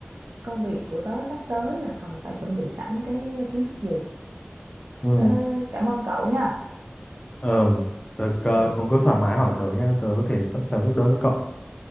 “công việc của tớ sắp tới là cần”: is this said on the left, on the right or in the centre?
Right